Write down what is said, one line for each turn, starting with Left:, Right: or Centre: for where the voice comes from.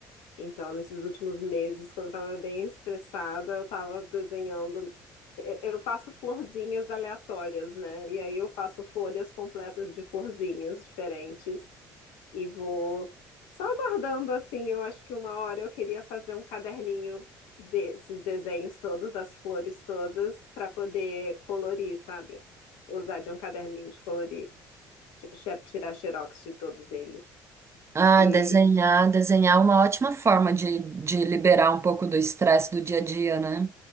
Left: Então, nesses últimos meses, quando eu estava bem estressada, eu estava desenhando. E- Eu faço florzinhas aleatórias, né? E aí eu faço folhas completas de florzinhas diferentes e vou só aguardando assim, eu acho que uma hora eu queria fazer um caderninho desses desenhos todos, das flores todas, para poder colorir, sabe? Usar de um caderninho de colorir, tipo xe- tirar xerox de todos eles.
Right: Ah,
Left: E
Right: desenhar, desenhar é uma ótima forma de, de liberar um pouco do estresse do dia a dia, né?